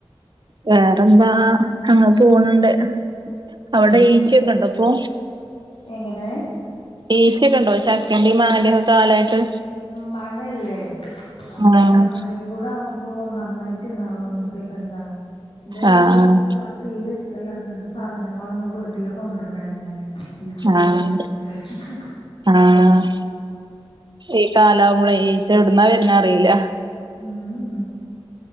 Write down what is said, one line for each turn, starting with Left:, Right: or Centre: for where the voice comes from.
Right: വേറെന്താ അങ്ങനെ പോണണ്ട് അവിടെ
Left: ഇഞ്ഞിന്ന്
Right: ഈച്ച യൊക്കെ ണ്ടോപ്പൊ
Left: എങ്ങനെ
Right: ഈച്ചയൊക്കെണ്ടോ ഈ ചക്കയുടെ മാങ്ങയുടെയും ഒക്കെ കാലായിട്ട്
Left: മഴല്ലേ അപ്പൊ
Right: ആഹ്
Left: പിന്നെ മഴ കൂടെ ആകുമ്പോ നന്നായിട്ട് ഉണ്ടാവും അങ്ങനത്തൊക്കെ ഉണ്ടാവും എന്റെ വീട്ടില്
Right: ആഹ്
Left: ന്റെ പ്പാക്ക് ക്ക് തീരെ ഇഷ്ടല്ല അങ്ങനത്തെ സാധനങ്ങളൊക്കെ വീട്ടില് കൊണ്ടര്ണന്നെ ഈച്ച
Right: ആഹ്
Left: വരും എന്ന് പറഞ്ഞിട്ട്
Right: ആഹ് ഈ കാലാവുമ്പളേയ് ഈച്ച എവുടുന്നാ വരുന്ന അറിയില്ല
Left: ആഹ് ആഹ്